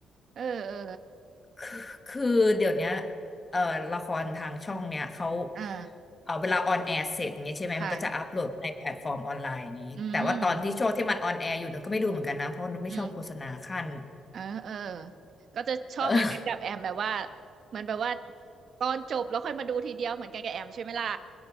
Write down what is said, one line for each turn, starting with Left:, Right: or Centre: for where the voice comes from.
Right: เออเออ
Left: คือคือเดี๋ยวเนี้ยเอ่อละครทางช่องเนี้ยเขา
Right: อ่า
Left: เอาเวลาออนแอร์เสร็จอย่างเงี้ยใช่ไหมมันก็จะอัพโหลดในแพลตฟอร์มออนไลน์อย่างงี้แต่ว่าตอนที่ช่วงที่มันออนแอร์อยู่หนูก็ไม่ดูเหมือนกันนะเพราะหนูไม่ชอบโฆษณาขั้น
Right: ค่ะอืมอืมเออเออก็จะชอบเหมือนกันกับแอมแบบว่า
Left: เออ
Right: มันแบบว่าตอนจบแล้วค่อยมาดูทีเดียวเหมือนกันกับแอมใช่ไหมล่ะ